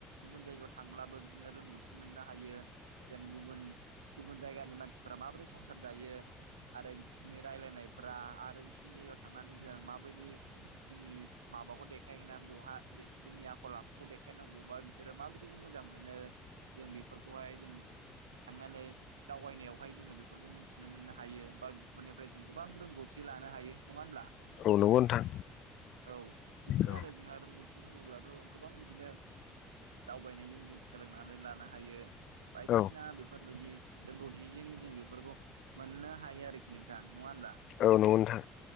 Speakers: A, on the right (about 80°); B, on the left (about 55°).
A: गुबुन जायगायाव थांब्लाबो बिदिनो रोंगौथि मोननो हायो जेन गुबुन गुबुन जायगानि मानसिफोरा माबोरै संसार जायो आरो बिदि बिसोरनि रायलायनायफोरा आरो बिसोरनि जायगायाव थांनानै जों माबायदि जोंनि माबाखौ देखायहैनांगौ हा जोंनि आखल आखुखौ देखायनांगौबा बि बिसोरो माबायदिखौ मोजां मोनो जों बेफोरखौ खौहाय जों थांनानै दावबायनायावहाय जोंङो बेफोरखौ मोनथिनो मोननो हायो बा बेफोरनिफ्राय जों गोबां रोंगौथि लानो हायो नंङा होनब्ला
B: औ नोंगौ नोंथां
A: औ बिदिनो
B: औ
A: आरो जोंहा रोंगौथि बुंङोब्लाथ' गोबां बिदिनो दावबायनायजों जों सोलोंनानै लानो हायो बायदिसिना
B: औ
A: बेफोरबायदि रोंगौथिजोंनो जों बेफोरखौ मोननो हायो आरोखि नोंथां नङा होमब्ला
B: औ नंगौ नोंथां